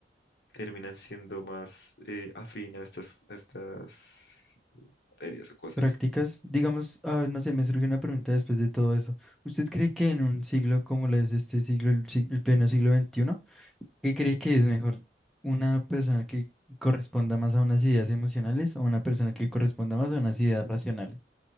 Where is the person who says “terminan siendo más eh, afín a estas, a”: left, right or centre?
Left